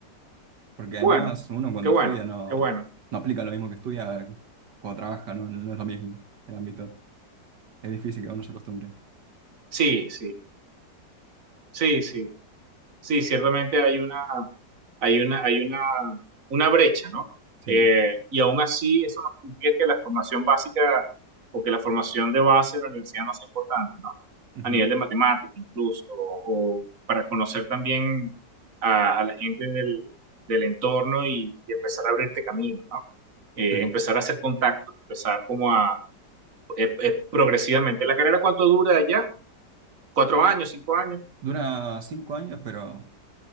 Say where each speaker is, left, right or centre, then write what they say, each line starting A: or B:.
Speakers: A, on the right; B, on the right.
A: Porque además
B: Bueno,
A: uno cuando
B: qué bueno,
A: estudia no,
B: qué bueno.
A: no aplica lo mismo que estudia cuando trabaja, no, no es lo mismo el ámbito. Es difícil que uno se acostumbre.
B: Sí, sí, sí, sí. Sí, ciertamente hay una, hay una, hay una, una brecha, ¿no?
A: Sí,
B: Eh, y aún así, eso no significa que la formación básica o que la formación de base de la universidad no sea importante, ¿no?
A: ujú,
B: a nivel de matemática incluso, o, o para conocer también a, a la gente del, del entorno y, y, empezar a abrirte camino, ¿no? Eh,
A: sí.
B: empezar a hacer contactos, empezar como a eh, eh, progresivamente. ¿La carrera cuánto dura allá? ¿Cuatro años, cinco años?
A: Dura cinco años, pero